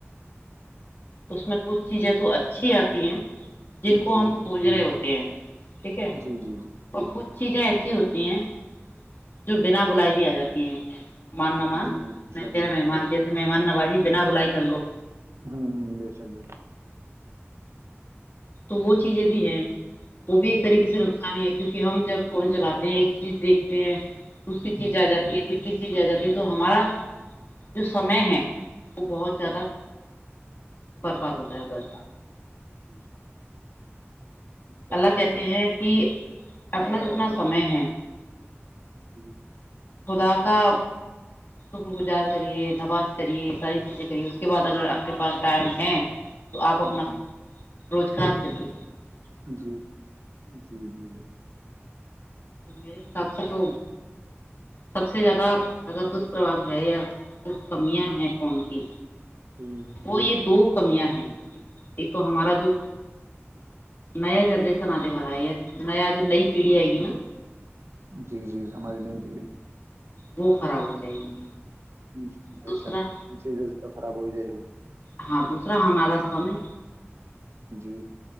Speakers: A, on the left; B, on the right.
A: اس میں کچھ چیزیں تو اچھی آتی ہیں جن کو
B: جی
A: ہم پوج رہے ہوتے ہیں ٹھیک ہے
B: جی جی جی
A: اور کچھ چیزیں ایسی ہوتی ہیں جو بنا بلائی بھی آ جاتی ہیں من مان
B: جی بے
A: ن
B: شک
A: میں مد مہمان نوازی بنا بلائی کر لو
B: ہوں ہ بیےسک بسک
A: تو وہ چیزیں بھی ہے وہ بھی ایک
B: شک
A: طریقے
B: جی
A: سے نقصان ہی ہے کیونکہ ہم جب فون چلاتے ہیں ایک چیز دیکھتے ہیں دوسری چیز
B: جی
A: آ جاتی ہے تیسری چیز آ جاتی ہے تو ہمارا جو سمے ہے وہ
B: جی
A: بہت زیادہ برباد ہوتا ب <unintelligible> بر
B: جی جی تو
A: اللہ
B: ہے
A: کہتے ہیں کہ اپنا جتنا سمے ہے
B: جی
A: خدا کا شکر گزار کرے نواز کریے ساری چیزیں کریے اس کے بعد اگر آپ کے پاس ٹائم ہے تو آپ اپنا
B: جی
A: روزگار کرے
B: جی جی جی جی
A: میرے حساب سے تو سب سے زیادہ اگر دشپرباؤ ہے یا کمیاں ہیں فون کی
B: جی
A: وہ یہ دو کمیاں ہیں ایک تو ہمارا جو
B: ہوں
A: نیا جنریشن آے والا ہے یا نیا جو نئی پیڑھی ہے گ نا
B: جی جی ہماری نہیں دگڑی
A: وہ خراب ہو جائے گی
B: جی بے
A: دوسرا
B: شک ان چیزوں سے تو خراب ہو جائے گی
A: ہاں دوسرا ہمارا راست سہ میں
B: جی